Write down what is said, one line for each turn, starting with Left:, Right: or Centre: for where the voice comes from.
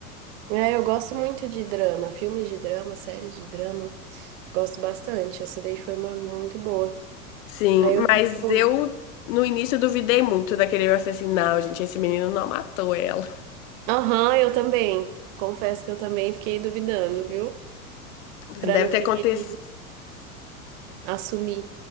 Right: É, eu gosto muito de drama, filmes de drama, séries de drama, gosto bastante, essa daí foi uma muito boa.
Left: Sim,
Right: Aí eu
Left: mas
Right: fico,
Left: eu no início eu duvidei muito daquele. Eu falei assim, não, gente, esse menino não matou ela.
Right: aham, eu também, confesso que eu também fiquei duvidando, viu?
Left: Tipo Assim,
Right: Pra
Left: Deve
Right: no
Left: ter
Right: fim
Left: acontecido.
Right: ele assumir.